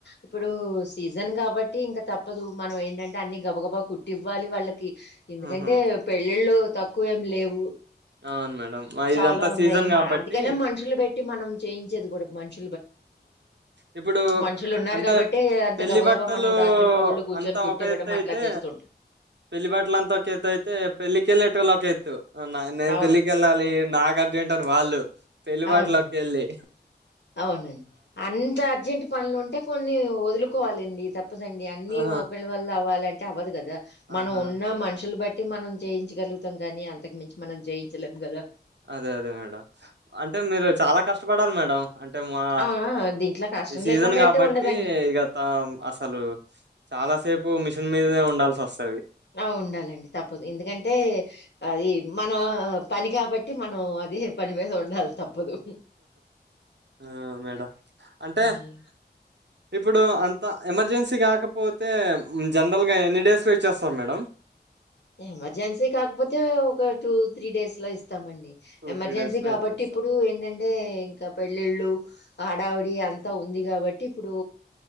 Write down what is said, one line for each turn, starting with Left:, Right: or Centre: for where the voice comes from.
Left: ఇప్పుడూ సీజన్ కాబట్టి ఇంకా తప్పదు మనం ఏంటంటే అన్ని గబ గబ కుట్టివ్వాలి వాళ్ళ కి ఎందుకంటే
Right: ఆ ఆహా
Left: పెళ్ళిళ్ళు తక్కువేం లేవు
Right: అవును మేడం ఆ
Left: చాలా
Right: ఇదంతా
Left: ఉన్నాయి
Right: సీజన్ కాబట్టి
Left: మ అందుకనే మనుషులు పెట్టి మనం చేయించేది కూడా మంచి
Right: ఇప్పుడు
Left: మనుషులున్నారు
Right: అంటే
Left: గాబట్టే అంత
Right: పెళ్లిి
Left: గబగబా
Right: బట్టలు
Left: మనం రాత్రింపగళ్ళు గూర్చొని
Right: అంతా
Left: కుట్టివ్వడం
Right: ఒక ఎత్త అయితే
Left: అట్లా చేస్తూ ఉంటాం.
Right: పెళ్లి బట్టలు అంతా ఒక ఎత్త అయితే పెళ్ళకిెళ్ళేటటుకళ ఒక ఎత్తు నేను
Left: అవును.
Right: పెళ్ళకిెళ్ళాలి నాకు ఏంటాను వాళ్ళు పెళ్లిబాట్లోకి
Left: అవునండి.
Right: వెళ్ళి
Left: అవునండి అంత అర్జెంట్ పనులు ఉంటే కొన్ని వదులుకోవాలండి తప్ప తప్పదండి అన్ని
Right: ఆ!
Left: ఒకళ్రి వల్ల అవ్వాలంటే తవ కదా మనం
Right: ఆహా!
Left: ఉన్న మనుషులు బట్టి అట్టి మనం జయించగలుగుతాం కానీ అంత మించి మనం జయించలేం కదా
Right: అదే అదే మేడం అంటే మీరు చాలా కష్టపడాలి మేడం అంటే మా
Left: అవునా! దీంట్లో కష్టం
Right: ఈ సీజన్
Left: లేకుండా
Right: కాబట్టి
Left: అయితే ఉండదండి.
Right: ఇ గ త అసలు చాలా సేపు మిషన్ మీదనే ఉంల్సి వస్తుంది
Left: ఆ ఉండాలండి తప్పదు ఎందుకంటే అది మనం పని కాబట్టి మనం అది పని మీద ఉండాలి తప్పదు
Right: ఆ మేడం అంటే
Left: హ్మ్.
Right: ఇప్పుడు అంత ఎమర్జెన్సీ కాకపోతే జనరల్గా ఎన్ని డేస్లో ఇచ్చేస్తాారు మేడం
Left: ఎమర్జెన్సీ కాకపోతే ఒక టూ త్రీ డేస్ లో ఇస్త స్తామండి
Right: టూ
Left: ఎమర్జెన్సీ
Right: త్రీ డేస్ లో
Left: కాబట్టి
Right: ఇచ్చేస్తారు
Left: ఇప్పుడు ఏంటంటే ఇంకా పెళ్ళిళ్ళు ఆడావిడి అంతా ఉంది కాబట్టి ఇప్పుడు